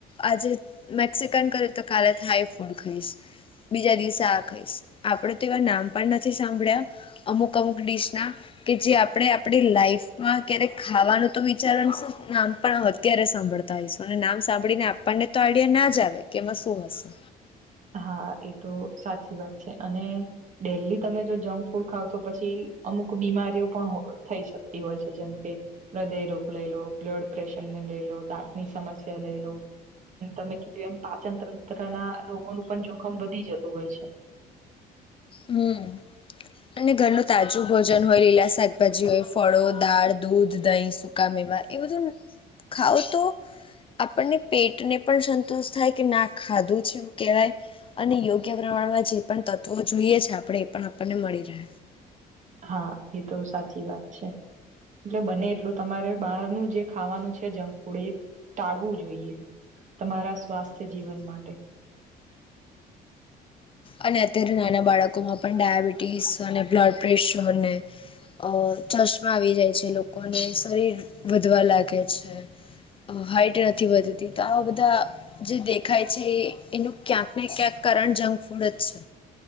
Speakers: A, on the left; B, on the right.
A: આજે મેક્સન કર તો કાલ હાય ફૂડ ખાઈસ, બીજા દિવસે આ ખઈશ આપડે તો એવા નામ પણ નથી સાંભળ્યા, અમુક અમુક ડીશ ના કે જે આપણે આપડી લાઈફમાં ક્યારેક ખાવાનું તો વિચારણ નામ પણ અત્યારે સાંભળતા હઈશું અને નામ સાંભળીને આપણને તો આઈડિયા ના જ આવે કે એમાં શું હશે.
B: હા, એ તો સાચી વાત છે, અને દેલી તમે જો જમ ફૂડ ખાવ તો પછી અમુક બીમારીઓ પણ થઈ શકતી હોય છે, જેમકે હૃદય રોગ લઈ લો, બ્લડ પ્રેશરને લઈ લો, દાંતની સમસ્યા લઈ લો, અને તમે કીધું એમ પાચન તંત્ર ના રોગોનું પણ જોખમ વધી જતું હોય છે.
A: હમ્મ. ને ઘરનું તાજું ભોજન હોય, લીલા શાકભાજી હોય ફળો, દાળ, દૂધ, દહીં, સુ કામેવા એ બધું ખાવ તો આપણને પેટને પણ સંતોષ થાય કે ના ખાધું છે, કેવાય અને યોગ્ય પ્રમાણમાં જે પણ તત્વો જોઈએ છે, આપણે એ પણ આપણને મળી રહે.
B: હા, એ તો સાચી વાત છે. એટલે બને એટલું તમારે બહારનું જે ખાવાનું છે, જંક ફૂડ એ ટાળવું જોઈએ. તમારા સ્વાસ્થ્ય જીવન માટે,
A: અને અત્યારે નાના બાળકોમાં પણ ડાયાબિટીસ અને બ્લડ પ્રેશરને અ ચર્ચમાં આવી જાય છે લોકોને શરીર વધવા લાગે છે, હાઈટ નથી વધતી, તો આવા બધા જે દેખાય છે એનું ક્યાંક ને ક્યાંક કારણ જંક ફૂડ જ છે.